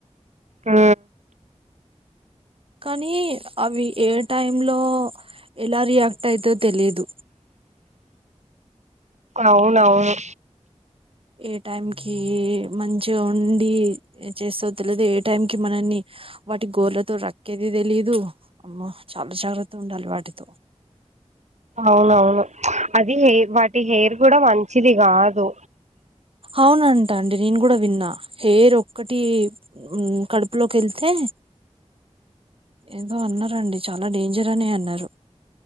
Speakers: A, on the right; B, on the right.
A: ఉ
B: కానీ అవి ఏ టైమ్ లో ఎలా రియాక్ట్ అయితో తెలీదు.
A: అహ అవునవును
B: ఏ టైం కి మంచిగా ఉండి చేసతో తెలదు, ఏ టైం కి మనల్ని వాటి గోర్లతో రక్కేది తెలిదు. అమ్మో చాలా జాగ్రత్త ఉండాలి వాటితో.
A: అవునవును అది హెయిర్ వాటి హెయిర్ కూడా మంచిది కాదు.
B: అవునంట అండి నేను కూడా విన్నా, హెయిర్ ఒక్కటి ఉ కడుపులోకెళ్తే ఏదో అన్నారండీ, చాలా డేంజర్ అనే అన్నారు.